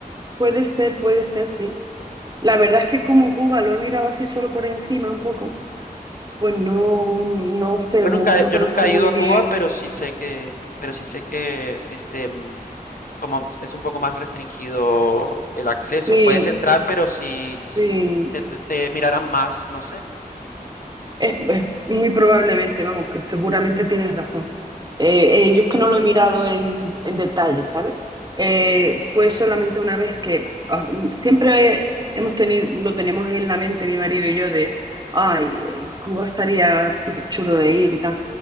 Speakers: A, on the right; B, on the left.
A: Puede ser, puede ser, sí. La verdad es que como Cuba lo he mirado así solo por encima un poco, pues no, no sé,
B: Yo
A: mu-
B: nunca,
A: no
B: he- yo
A: conozco
B: nunca he
A: muy
B: ido a
A: bien.
B: Cuba, pero sí sé que, pero sí sé que este, mm, como es un poco más restringido el acceso.
A: Sí,
B: Puedes entrar, pero si, si
A: sí.
B: te, te, te mirarán más, no sé,
A: Es, es muy probablemente, vamos, que seguramente tienes razón. Eh, eh, yo es que no lo he mirado en, en detalle, ¿sabes? Eh, fue solamente una vez que ah, mm, siempre hemos tenido, lo tenemos en la mente mi marido y yo de, ay, eh, Cuba estaría súper chulo de ir y tal,